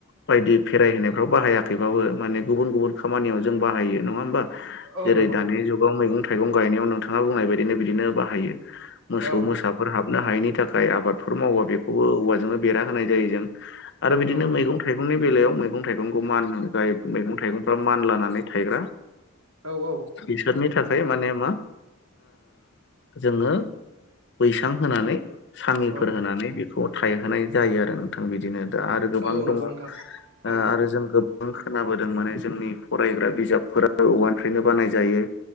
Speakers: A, on the left (about 55°); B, on the right (about 85°).
A: बायदि फेराय होनोनायफ्राव बाहायाखैबाबो माने गुबुन गुबुन खामानियाव जों बाहायो नङा होमबा
B: औ
A: जेरै
B: नंगौ
A: दानि
B: नोंथां
A: जुगाव मैगं थाइगं गायनायाव नोंथाङा बुंनाय बायदिनो बिदिनो बाहायो मोसौ
B: औ
A: मोसाफोर हाब नो हायैनि थाखाय आबादफोर मावा बेखौबो औवाजोंनो बेरा होनाय जायो जों आरो बिदिनो
B: औ
A: मैगं थाइगंनि बेलायाव मैगं थाइगंखौ मान जाय मैगं थाइगंफ्रा मान लानानै थायग्रा
B: औ औ
A: बिसोरनि
B: नोंथां
A: थाखाय माने मा जोङो बैसां
B: औ
A: होनानै सांगिफोर
B: औ
A: होनानै बे थायहोनाय जायो आरो नोंथां बिदिनो दा आरो गोबां
B: औ नंगौ
A: दङ
B: नोंथां थारैनो
A: आरो जों गो खोनाबोदों माने जोंनि फरायग्रा बिजाबफोरा औवानिफ्रायनो बानायजायो